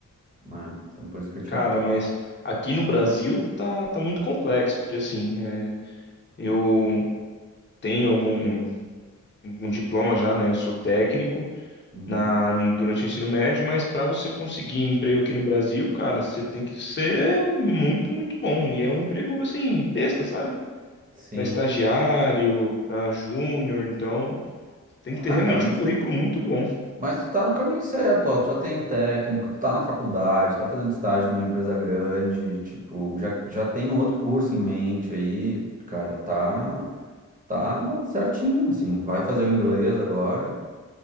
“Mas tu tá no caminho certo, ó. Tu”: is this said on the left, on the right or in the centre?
Right